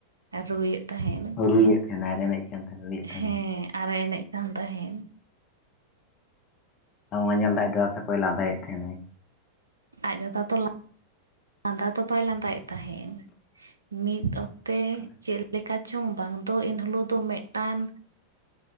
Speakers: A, on the right; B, on the left.
A: ᱨᱩᱭᱮᱫ ᱛᱟᱦᱮᱱ
B: ᱨᱩᱭᱮᱫ ᱛᱟᱦᱮᱱᱟᱭ ᱨᱮᱸᱜᱮᱡ ᱠᱟᱱ ᱛᱟᱦᱮᱱᱟ ᱨᱩᱭᱮᱫ ᱛᱟᱦᱮᱱᱟᱭ
A: ᱦᱮᱸ ᱟᱨᱮ ᱮᱱᱮᱡ ᱠᱟᱱ ᱛᱟᱦᱮᱱ᱾
B: ᱵᱟᱝᱢᱟ ᱧᱮᱞᱫᱟᱭ ᱟᱢ ᱫᱟᱫᱟ ᱥᱮ ᱚᱠᱚᱭ ᱮ ᱞᱟᱸᱫᱟᱭᱮᱫ ᱛᱟᱦᱮᱱᱟᱭ
A: ᱟᱡ ᱫᱟᱫᱟ ᱛᱚ ᱞᱟ ᱞᱟᱸᱫᱟ ᱫᱚ ᱵᱟᱭ ᱞᱟᱸᱫᱟᱭᱮᱫ ᱛᱟᱦᱮᱱ ᱢᱤᱫ ᱚᱠᱛᱮ
B: ᱛᱟᱦᱚᱞᱮ
A: ᱪᱮᱫ ᱞᱮᱠᱟ ᱪᱚᱝ ᱵᱟᱝ ᱫᱚ ᱮᱱᱦᱤᱞᱳᱜ ᱫᱚ ᱢᱤᱫᱴᱟᱱ